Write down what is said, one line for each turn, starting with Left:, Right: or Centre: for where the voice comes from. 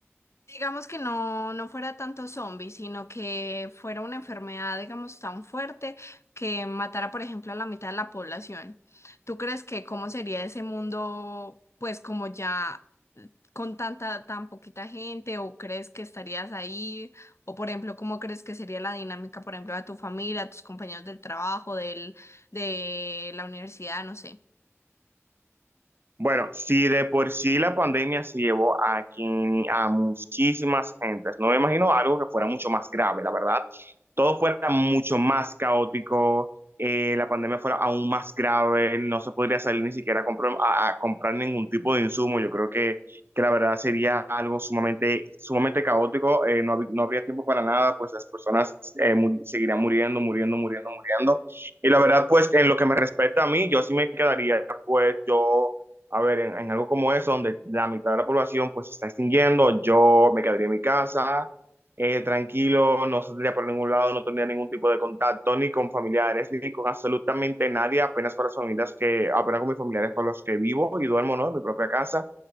Left: digamos que no, no fuera tanto zombie, sino que fuera una enfermedad, digamos, tan fuerte que matara, por ejemplo, a la mitad de la población. ¿Tú crees que cómo sería ese mundo, pues, como ya con tanta, tan poquita gente, o crees que estarías ahí? O, por ejemplo, ¿cómo crees que sería la dinámica, por ejemplo, de tu familia, tus compañeros del trabajo, del, de la universidad, no sé?
Right: Bueno, si de por sí la pandemia se llevó a, quien, a muchísimas gentes, no me imagino algo que fuera mucho más grave, la verdad. Todo fuera mucho más caótico, eh, la pandemia fuera aún más grave, no se podría salir ni siquiera a, compro- a- a comprar ningún tipo de insumo. Yo creo que, que la verdad sería algo sumamente, sumamente caótico, eh, no, hab- no habría tiempo para nada, pues las personas eh, muri- seguirían muriendo, muriendo, muriendo, muriendo. Y la verdad, pues en lo que me respecta a mí, yo sí me quedaría, pues yo a ver, en, en algo como eso, donde la mitad de la población pues se está extinguiendo, yo me quedaría en mi casa, eh, tranquilo, no saldría por ningún lado, no tendría ningún tipo de contacto ni con familiares, ni con absolutamente nadie, apenas con las familias que, apenas con mis familiares con los que vivo y duermo, ¿no? En mi propia casa.